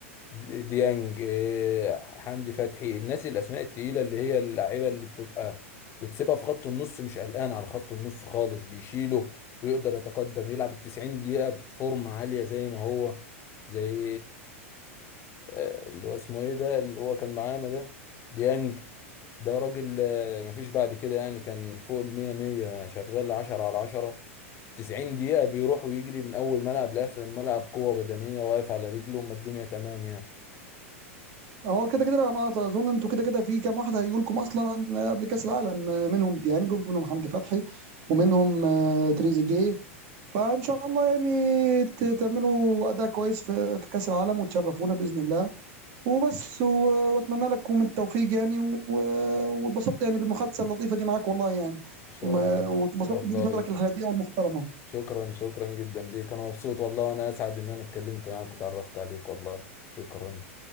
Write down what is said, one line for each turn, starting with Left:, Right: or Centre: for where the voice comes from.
Left: دي- ديانج إيه، حمدي فتحي الناس الاسماء التقيله اللي هي اللعيبه اللي بتبقى بتسيبها في خط النص مش قلقان على خط النص خالص بيشيله ويقدر يتقدم يلعب ال 90 دقيقه بفورمه عاليه زي ما هو زي آه، اللي هو اسمه ايه ده اللي هو كان معانا ده ديانج ده راجل آه، مفيش بعد كده يعني كان فوق ال 100 100 شغال 10 على 10 90 دقيقه بيروح ويجري من اول ملعب لاخر الملعب قوه بدنيه واقف على رجله ما الدنيا تمام يعني
Right: هو كده كده على ما اظن انتوا كده كده في كام واحد هيجوا لكم اصلا قبل كاس العالم منهم ديانج ومنهم حمدي فتحي ومنهم آه، تريزيجيه فان شاء الله يعني ت- تعملوا اداء كويس في في كاس العالم وتشرفونا باذن الله وبس و- واتمنى لكم التوفيق يعني و- واتبسطت يعني بالمحادثه اللطيفه دي معاك والله يعني
Left: ان شاء
Right: وما-
Left: الله ان
Right: واتبسطت
Left: شاء الله
Right: بوجهه
Left: باذن
Right: نظرك الحياديه
Left: الله
Right: والمحترمه
Left: شكرا شكرا جدا ليك انا مبسوط والله وانا اسعد ان انا اتكلمت معاك وتعرفت عليك والله شكرا